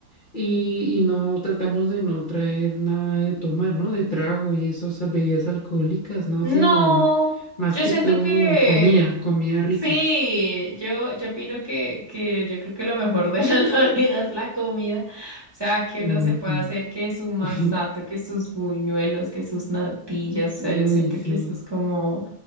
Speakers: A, on the left; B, on the right.
A: Y, y no tratamos de no traer nada de tomar, ¿no? De trago y esas bebidas alcohólicas, ¿no?
B: No,
A: Sino más
B: yo
A: que
B: siento
A: todo
B: que
A: comida, comida rica.
B: sí, yo, yo opino que, que yo creo que lo mejor de la <laughs> Navidad es la comida. O sea, que
A: Ujú.
B: uno se pueda hacer que su masato,
A: <laughs>
B: que sus buñuelos, que sus natillas. O
A: Uy,
B: sea, yo siento
A: sí.
B: que eso es como